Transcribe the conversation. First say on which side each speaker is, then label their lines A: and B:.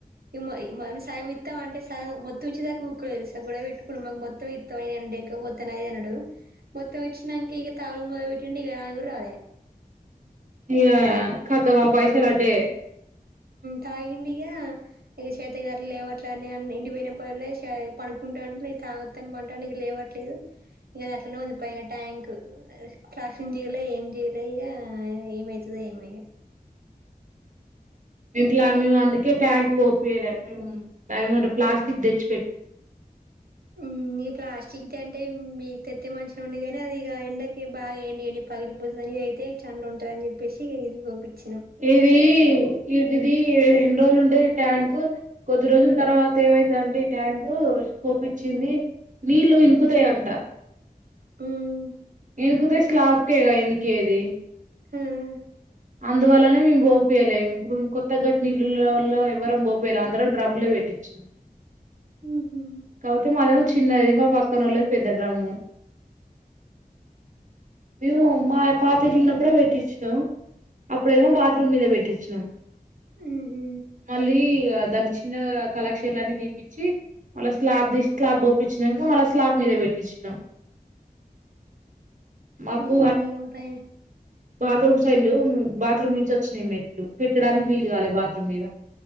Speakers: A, on the right; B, on the right.
A: ఇగ సగం ఇస్తా అంటే మొత్తం ఇచ్చే దాకా ఉక్కోడు తెలుస గొడవ పెట్టుకునాడు మాకు మొత్తం ఇస్తావనే డెక పోతానే అనడు మొత్త ఇచ్చినాంక ఇక తాగుడు చున్నీక రాను కూడ రాలే.
B: ఇంకా కతము ఆ పైసలు అటే.
A: తాగిండి ఇక ఇక చేత గారు లేవట్లేని ఇంటి పోయినప్పుడల్ల పడకుంటుండు తాగోద్ అని పండుండు ఇక లేవట్లేదు. నేను అట్లనే ఉంది పైన ట్యాంక్ క్లాక్షింగ్ జయలే ఏం చేయలే ఇక ఏమవుతదో ఏమో ఇంకా.
B: మలా మేము అందుకే ట్యాంక్ ఒపియలే ఆహ్ మరి ప్లాస్టిక్ తెచ్చు.
A: ఉమ్ ఈ ప్లాస్టిక్ చికితే అంటే మీ తెత్తే మనిషి ఉండుగానీ అది ఇక ఎండకి బాగాయండి ఎండి పగిలిపోతుంది అనివి అయితే చను ఉంటుంది అని చెప్పేసి ఇక ఇది పబించి
B: ఏది ఏటిది రెండు రోజులు ఉండే ట్యాంక్ కొద్ది రోజుల తర్వాత ఏమైతంటే ఈ ట్యాంక్ పోపిచ్చింది నీళ్లు ఇనుకుతయంట
A: ఉమ్
B: లేకపోతే స్లాప్ కేగా ఎనికేది.
A: ఉమ్
B: అందువల్లనే మేము పోపీయలేము ఇప్పుడు కొత్త గట్టిన ఇళ్ళలో ఎవ్వరం పోపియాలేం. అందరం డ్రమ్ లే పెట్టించినాం.
A: ఊహూ
B: కాకపోతే మరిన్ చిన్నది మా పక్కన వాళ్ళకి పెద్దడ్రమ్ము మేము మా పాతరిల్లు ఉన్నప్పుడే పెట్టించినం అప్పుడేమో బాత్రూమ్ మీద పెట్టించినాం
A: ఊహూ
B: మళ్ళీ దాని చిన్న కలెక్షన్లన్నీ తీపించి. మళ్ళా స్లాబ్ తీసి స్లాబ్ ఒపించినక మళ్ళా స్లాబ్ మీద పెట్టించినాం. మాకు
A: ఏమో ఇగ పైన
B: బాత్రూమ్ సైడ్ బాత్రూమ్ నుంచి వచ్చినవి మెట్లు పెట్టడానికి వీలు కాలే బాత్రూమ్ మీద.